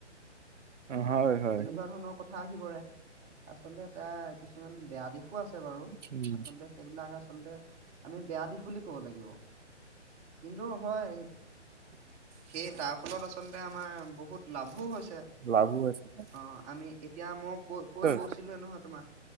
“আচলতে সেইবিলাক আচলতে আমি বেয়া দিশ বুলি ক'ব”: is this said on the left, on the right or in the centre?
Right